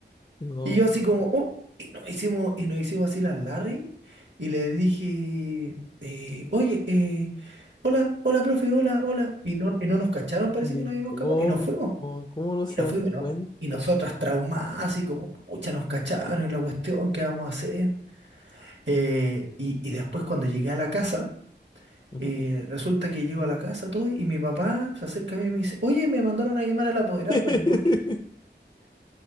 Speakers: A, on the left; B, on the right.
A: no.
B: Y yo así como, oh, y nos hicimos, y nos hicimos así las Larry y le dije, eh, oye, eh, hola, hola, profe, hola, hola. Y no, y no nos cacharon, parece
A: ¿De
B: que no habíamos
A: ¿Cómo?
B: escapado y nos fuimos.
A: ¿Cómo no se
B: Y nos
A: dan
B: fuimos y, no-
A: cuenta?
B: y nosotras traumadas, y como, pucha, nos cacharon y la cuestión, ¿qué vamos a hacer? Eh, y, y después cuando llegué a la casa,
A: Ujú.
B: eh, resulta que llego a la casa todo y mi papá se acerca a mí y me dice, oye, me mandaron a llamar al apoderado,
A: <laughs>
B: pues, ¿y por qué?